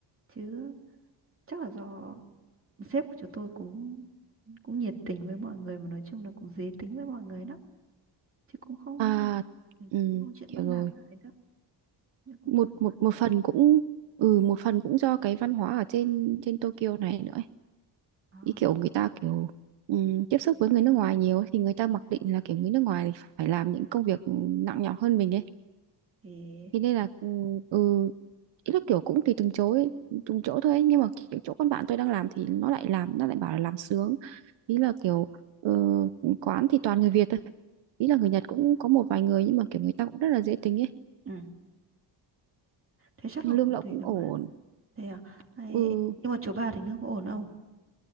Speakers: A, on the right (about 30°); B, on the right (about 75°).
A: chứ chắc là do sếp của chúng tôi cũng cũng nhiệt tình với mọi người mà nói chung là cũng dễ tính với mọi người đó thì cũng không
B: à
A: ừ,
B: ừ,
A: cũng không chuyện
B: hiểu
A: bắt nạt
B: rồi
A: gì đâu nhưng cũng
B: một
A: thoải
B: một
A: mái
B: một phần cũng ừ một phần cũng do cái văn hóa ở trên trên Tokyo này nữa ấy.
A: Ờ,
B: ý kiểu người ta
A: thế
B: kiểu ừm, tiếp xúc với người nước ngoài nhiều ấy, thì người ta mặc định là kiểu người nước ngoài thì phải làm những công việc nặng nhọc hơn mình ấy
A: thì
B: thế nên là ừm, ừ ý là kiểu cũng tùy từng chỗ ấy, từng chỗ thôi ấy. nhưng mà kiểu chỗ con bạn tôi đang làm thì nó lại làm nó lại bảo là làm sướng ý là kiểu ờ, quán thì toàn người Việt thôi ý là người Nhật cũng có một vài người nhưng mà kiểu người ta cũng rất là dễ tính ấy
A: ừ. thế chắc
B: nhưng
A: là
B: lương
A: cũng
B: lậu
A: tùy
B: cũng
A: được
B: ổn
A: á thế à ai-
B: ừ
A: nhưng mà chỗ bà thì nước có ổn không